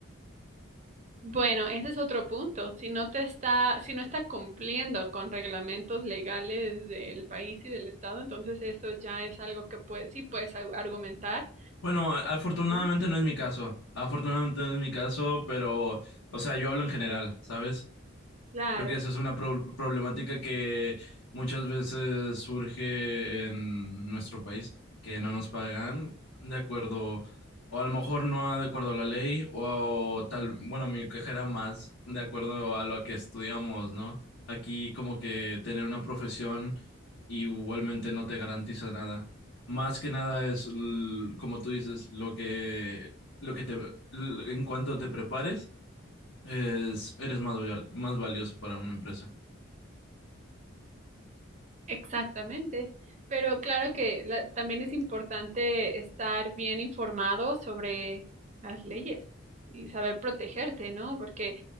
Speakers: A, on the right (about 35°); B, on the left (about 80°).
A: Bueno, ese es otro punto. Si no te está, si no está cumpliendo con reglamentos legales del país y del estado, entonces eso ya es algo que puede, sí puedes au- argumentar,
B: Bueno, afortunadamente
A: ¿no?
B: no es mi caso. Afortunadamente no es mi caso, pero, o sea, yo hablo en general, ¿sabes?
A: Claro.
B: Creo que eso es una pro- problemática que muchas veces surge en nuestro país, que no nos pagan de acuerdo, o a lo mejor no de acuerdo a la ley, o tal, bueno, mi queja era más de acuerdo a lo que estudiamos, ¿no? Aquí como que tener una profesión igualmente no te garantiza nada. Más que nada es, l- como tú dices, lo que, lo que te, l- en cuanto te prepares es, eres más, val- más valioso para una empresa.
A: Exactamente, pero claro que la- también es importante estar bien informado sobre las leyes y saber protegerte, ¿no? Porque